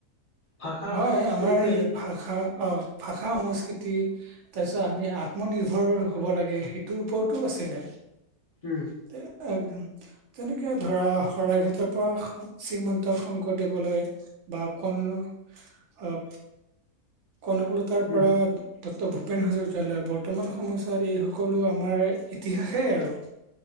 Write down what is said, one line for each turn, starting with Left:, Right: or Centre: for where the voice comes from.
Left: ভাষা
Right: হয়
Left: সংস্কৃতি
Right: আমাৰ ভাষা অ ভাষা সংস্কৃতি তাৰপিছত আমি আত্মনিৰ্ভৰ হ'ব লাগে সেইটোৰ ওপৰতো আছিলে
Left: উম
Right: <unintelligible> তেনেকে ধৰা শৰাইঘাটৰ পৰা শ্ৰীমন্ত শংকৰদেৱলৈ বা কোনো আহ কনকলতাৰ
Left: উম
Right: পৰা ডক্তৰ ভূপেন হাজৰিকা লৈ বৰ্তমান সময়ছোৱাত এই সকলো আমাৰ ইতিহাসেই আৰু <inaudible>